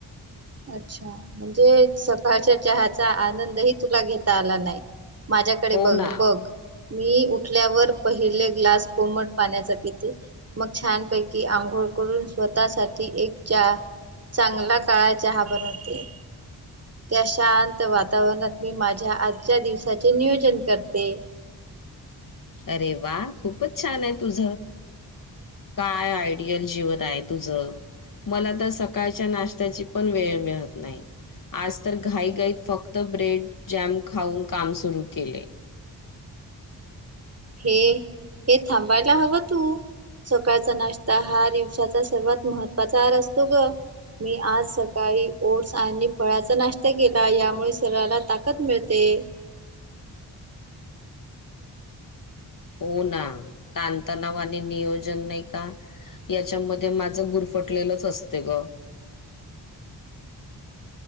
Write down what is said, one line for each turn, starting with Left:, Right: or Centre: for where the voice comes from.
Right: अच्छा म्हणजे सकाळच्या चहाचा आनंदही तुला घेता आला नाही माझ्याकडे
Left: हो
Right: बघ
Left: ना
Right: बघ मी उठल्यावर पहिले ग्लास कोमट पाण्याचा पिते मग छानपैकी आंघोळ करून स्वतःसाठी एक च्या चांगला काळा - चहा बनवते त्या शांत वातावरणात मी माझ्या आजच्या दिवसाचे नियोजन करते
Left: अरे वा खूपच छान आहे तुझ काय आयडियल जिवत आहे तुझ मला तर सकाळच्या नाश्त्याची पण वेळ मिळत नाही आज तर घाई गाईत फक्त ब्रेड जॅम खाऊन काम सुरू केले
Right: हे हे थांबायला हवं तू सकाळचा नाश्ता हा दिवसाचा सर्वात महत्त्वाचा आहर असतो ग मी आज सकाळी ओट्स आणि फळाचा नाश्ता केला यामुळे सरीराला ताकद मिळते
Left: हो ना तणतणाव आणि नियोजन नाही का याच्यामध्ये माझं गुरफटलेलंच असते ग